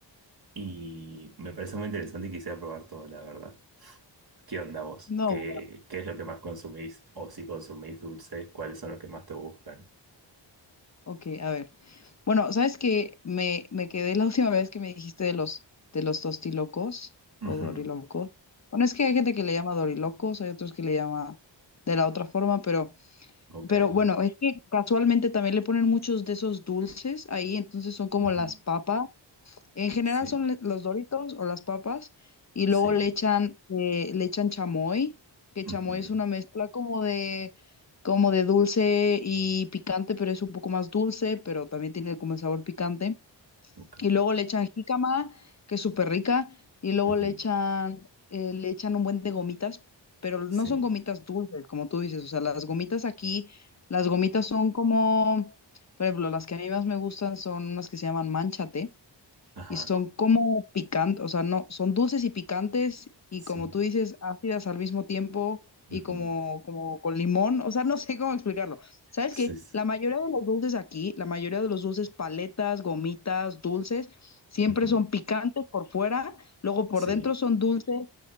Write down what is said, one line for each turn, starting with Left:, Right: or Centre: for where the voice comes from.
Right: Y me parece muy interesante y quisiera probar todo, la verdad. ¿Qué onda vos?
Left: No,
Right: ¿Qué, qué es lo que más consumís? O si consumís dulce, ¿cuáles son los que más te gustan?
Left: ok, a ver. Bueno, ¿sabes que Me, me quedé la última vez que me dijiste de los, de los tostilocos
Right: <laughs>
Left: o
Right: Ujú,
Left: dorilocos. Bueno, es que hay gente que le llama dorilocos, hay otros que le llama de la otra forma, pero...
Right: Ok.
Left: Pero bueno, es que casualmente también le ponen muchos de esos dulces ahí, entonces son como
Right: Ujú.
Left: las papas. En general
Right: Sí,
Left: son le- los Doritos o las papas, y
Right: sí.
Left: luego le echan, eh, le echan chamoy, que
Right: ujú,
Left: chamoy es una mezcla como de, como de dulce y picante, pero es un poco más dulce, pero también tiene como el sabor picante.
Right: Ok.
Left: Y luego le echan jícama, que es súper rica, y luego
Right: ujú,
Left: le echan, eh, le echan un buen de gomitas, pero
Right: Sí.
Left: no son gomitas dulces, como tú dices, o sea, las gomitas aquí, las gomitas son como, por ejemplo, las que a mí más me gustan son unas que se llaman manchate,
Right: Ajá.
Left: y son como picantes, o sea, no, son dulces y picantes y
Right: Sí.
Left: como tú dices, ácidas al mismo tiempo
Right: ujú,
Left: y como, como con limón, o sea, no sé cómo explicarlo. ¿Sabes
Right: Sí.
Left: qué?
Right: Sí.
Left: La mayoría de los dulces aquí, la mayoría de los dulces, paletas, gomitas, dulces, siempre
Right: ujú,
Left: son picantes por fuera, luego por
Right: sí,
Left: dentro son dulces